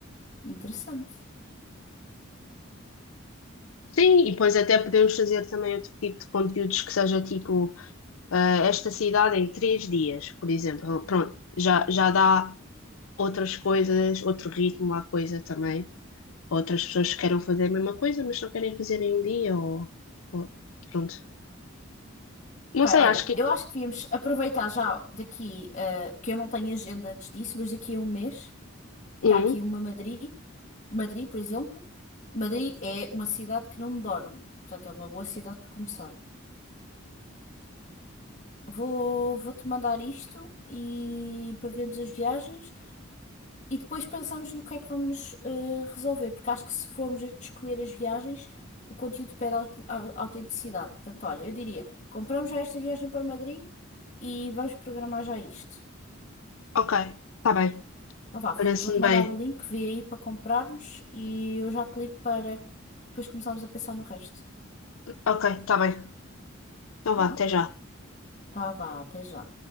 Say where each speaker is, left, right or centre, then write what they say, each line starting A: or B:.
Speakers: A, on the left (about 35°); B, on the left (about 80°).
A: interessante.
B: Sim, e depois até podemos fazer também outro tipo de conteúdos que seja tipo ah, esta cidade em três dias, por exemplo. Pronto, já, já dá outras coisas, outro ritmo à coisa também, outras pessoas que queiram fazer a mesma coisa, mas não querem fazer em um dia ou, ou- pronto. Não
A: Ok,
B: sei,
A: olha,
B: acho que.
A: eu acho que devíamos aproveitar já daqui, eh, porque eu não tenho agenda antes disso, mas daqui a um mês
B: Hum,
A: está aqui uma Madrid, Madrid, por exemplo. Madrid é uma cidade que não dorme, portanto é uma boa cidade para começar. Vou, vou-te mandar isto e para vermos as viagens. E depois pensamos no que é que vamos eh, resolver, porque acho que se formos a escolher as viagens, o conteúdo pede aut- au- autenticidade. Portanto, olha, eu diria, compramos já esta viagem para Madrid e vamos programar já isto.
B: ok, tá bem,
A: Então vá,
B: parece-me
A: vou-te mandar
B: bem.
A: o link, vê aí para comprarmos e eu já te ligo para depois começarmos a pensar no resto.
B: Ok, tá bem. Então
A: Tá
B: vá,
A: bom?
B: até já.
A: Então vá, até já.